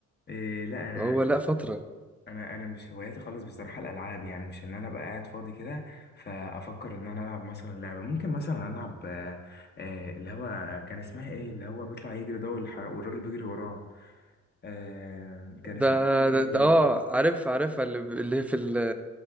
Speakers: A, on the left; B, in the centre.
A: إيه لا انا
B: هو لا فتره
A: انا انا مش هواياتي خالص بصراحه الالعاب يعني مش ان انا ابقى قاعد فاضي كده فافكر ان انا العب مثلا لعبه ممكن مثلا العب آه، آه، اللي هو كان اسمها ايه اللي هو بيطلع يجري ده والحر- والراجل بيجري وراه آه، كان
B: ده
A: اسمها إيه اللعبة
B: ده, ده
A: دي؟
B: اه عارف عارفها اللي اللي هي في ال-